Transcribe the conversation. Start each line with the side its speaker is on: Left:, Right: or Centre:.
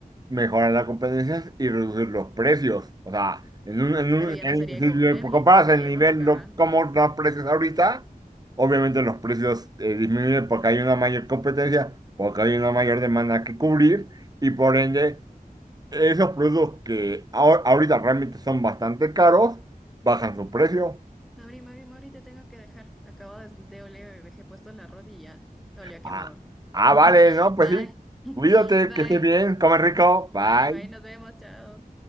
Right: mejoran las competencias y reducir los precios. O sea, en un, en un,
Centre: Pero ya no
Right: en-
Centre: sería eco-friendly
Right: si le comparas
Centre: y estaríamos
Right: el nivel,
Centre: acabando.
Right: lo, como los precios ahorita, obviamente los precios eh, disminuyen porque hay una mayor competencia, porque hay una mayor demanda que cubrir y por ende Esos productos que ahor- ahorita realmente son bastante caros, bajan su precio.
Centre: Mauri, Mauri, Mauri, te tengo que dejar. Acabo de de oler, dejé puesto la rodilla. Olió a quemado.
Right: Ah, ah, vale, no, pues
Centre: Bye.
Right: sí.
Centre: <laughs>
Right: Cuídate,
Centre: Bye.
Right: que estés bien, come rico,
Centre: Bye,
Right: bye.
Centre: bye, nos vemos, chao.